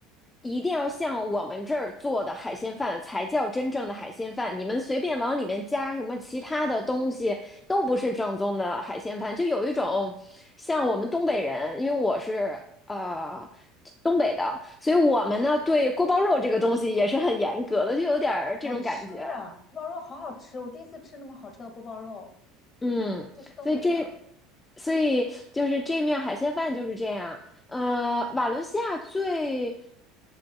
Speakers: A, on the left; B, on the left.
A: 一定要像我们这儿做的海鲜饭才叫真正的海鲜饭，你们随便往里面加什么其他的东西都不是正宗的海鲜饭，就有一种像我们东北人，因为我是呃。东北的，所以我们呢对锅包肉这个东西也是很严格的，就有点儿这种感觉。
B: 好吃啊，锅包肉好好吃，我第一次吃那么好吃的锅包肉，
A: 嗯，
B: 就是东北的。
A: 所以这，所以就是这面海鲜饭就是这样。呃，瓦伦西亚最